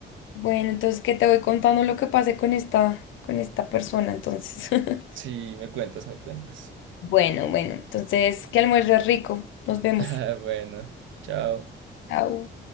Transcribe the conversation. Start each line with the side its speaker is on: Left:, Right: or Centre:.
Left: Bueno, entonces qué te voy contando lo que pasé con esta, con esta persona, entonces. <laughs>
Right: Sí, me cuentas, me cuentas.
Left: Bueno, bueno, entonces que almuerzo rico. Nos vemos.
Right: <laughs> Bueno, chao.
Left: Chao.